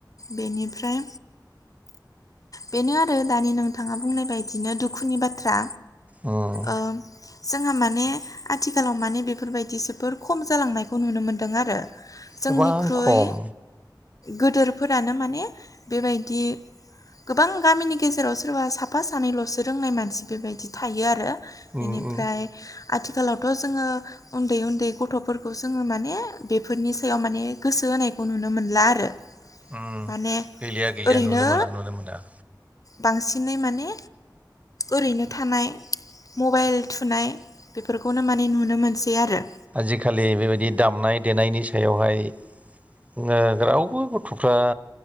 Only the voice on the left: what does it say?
बेनिफ्राय बेनो आरो दानि नोंथाङा बुंनाय बायदिनो दुखुनि बाथ्रा।
ओ जोंहा माने आथिखालाव माने बेफोरबायदि जो बोर खम जालांनायखौ नुनो मोन्दों आरो। जोंनिख्रुइ
गोदोरफोरानो माने बेबायदि गोबां गामिनि गेजेराव सोरबा साफा सानैल'सो रोंनाय मानसि बेबायदि थायो आरो।
बेनिफ्राय
आथिखालावथ' जोङो उन्दै उन्दै गथ'फोरखौ जोङो माने बेफोरनि सायाव माने गोसो होनायखौ नुनो मोनला आरो।
माने
ओरैनो
बांसिनै माने ओरैनो थानाय मबाइल थुनाय बेफोरखौनो माने नुनो मोनसै आरो।